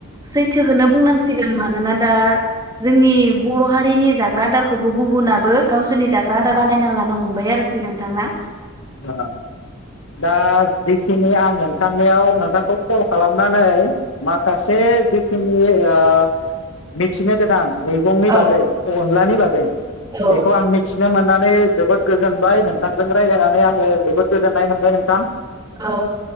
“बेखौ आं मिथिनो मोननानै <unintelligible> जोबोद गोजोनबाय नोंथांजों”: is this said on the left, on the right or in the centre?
Left